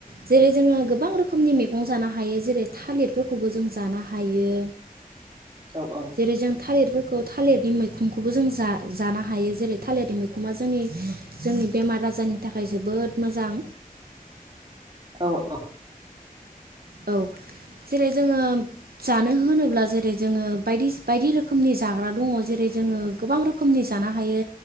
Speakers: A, on the right; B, on the right.
A: जेरै जोङो गोबां रोखोम रोखोमनि मैगं जानो हायो जेरै थालिरफोरखौबो जों जानो हायो
B: औ औ
A: जेरै जों थालिरफोरखौ थालिरनि मैखुनखौबो जों जानो हायो जेरै थालिरनि मैखुना जोंनि जोंनि बेमार आजारनि थाखाय जोबोद मोजां
B: औ औ
A: औ जेरै जोङो जानो होनोब्ला जेरै जोङो बायदि बायदि रोखोमनि जाग्रा दङ जेरै जोङो गोबां रोखोमनि जानो हायो